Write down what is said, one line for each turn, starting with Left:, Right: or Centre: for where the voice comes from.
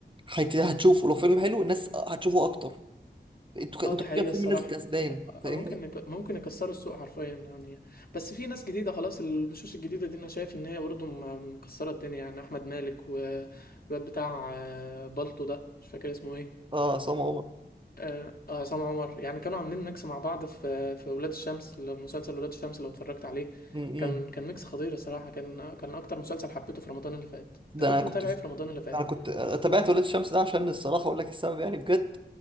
Right: هت... هتشوفه لو فيلم حلو الناس هتشوفه اكتر انتوا ك... انتوا
Left: اه دي حقيقة
Right: كده الفيلم
Left: الصراحة
Right: نازل كسبان
Left: آه،
Right: فاهمني
Left: ممكن يك- ممكن يكسروا السوق حرفيا يعني بس في ناس جديدة خلاص الوشوش الجديدة دي انا شايف ان هي برضه م- مكسرة الدنيا يعني احمد مالك والواد بتاع آه، بالطو ده مش فاكر اسمه ايه
Right: اه عصام عمر
Left: اه آه، عصام عمر يعني كانوا عاملين ميكس مع بعض في في ولاد الشمس لو- مسلسل ولاد الشمس لو اتفرجت عليه
Right: امم
Left: كان كان ميكس خطير الصراحة كان كان اكتر مسلسل حبيته في رمضان اللي فات انت
Right: ده انا
Left: كنت
Right: كنت
Left: متابع
Right: في...
Left: ايه في رمضان اللي فات؟
Right: انا كنت تابعت ولاد الشمس ده عشان الصراحه اقول لك السبب يعني بجد